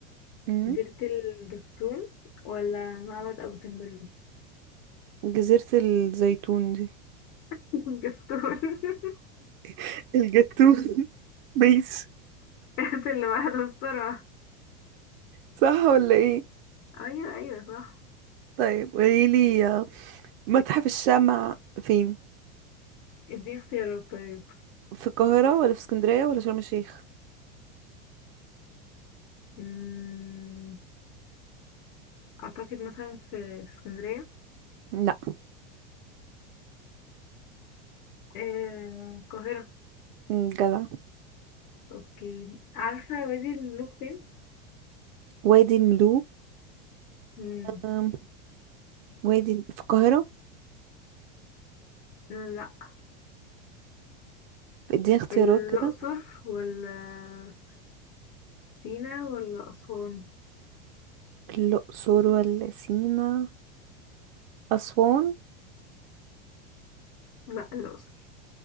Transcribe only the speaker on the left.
جزيرة الجفتون ولا معبد أبو سمبل
<laughs> الجفتون <laughs>
هات اللي بعده بسرعة
أيوه أيوه صح
ادي اختيارات طيب
أمم، أعتقد مثلا في في اسكندرية
آه، القاهرة
أوكي عارفة وادي الملوك فين؟
أمم،
لا
الأقصر
ولا سينا ولا أسوان
لا الأقصر